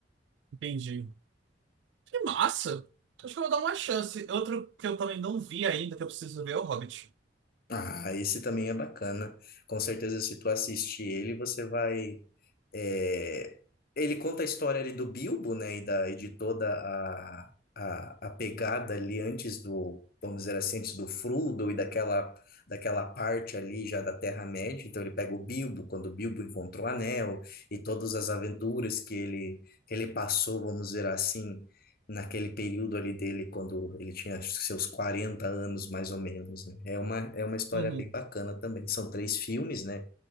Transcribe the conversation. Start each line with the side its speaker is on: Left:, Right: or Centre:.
Right: entendi. Que massa! Acho que eu vou dar uma chance. Outro que eu também não vi ainda, que eu preciso ver, é o Hobbit.
Left: Ah, esse também é bacana. Com certeza, se tu assistir ele, você vai. é, Ele conta a história ali do Bilbo, né? E, da, e de toda a, a, a pegada ali antes do, vamos dizer assim, antes do Frodo e daquela, daquela parte ali já da Terra-média. Então ele pega o Bilbo, quando o Bilbo encontrou o Anel, e todas as aventuras que ele, que ele passou, vamos dizer assim naquele período ali dele, quando ele tinha acho que seus 40 anos, mais ou menos, né? É uma, é uma história
Right: Uhum.
Left: bem bacana
Right: <laughs>
Left: também. São três filmes, né?